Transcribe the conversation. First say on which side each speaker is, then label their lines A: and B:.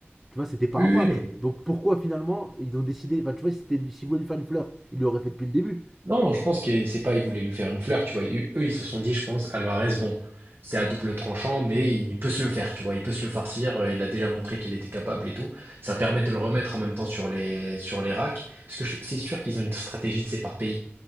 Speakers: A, in the centre; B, on the right.
A: Tu vois, c'était pas
B: Oui,
A: un peintre.
B: oui.
A: Donc pourquoi finalement ils ont décidé. Enfin, tu vois, si c'était du. S'ils voulaient lui faire une fleur, ils l'auraient fait depuis le début.
B: Non, je pense que c'est pas, ils voulaient lui faire une fleur, tu vois. Ils- Eux, ils se sont dit, je pense, Alvarez, bon, c'est à double tranchant, mais il peut se le faire, tu vois. Il peut se le farcir. euh, Il a déjà montré qu'il était capable et tout. Ça permet de le remettre en même temps sur les, sur les racks. Parce que je- c'est sûr qu'ils ont une stratégie, de c'est par pays,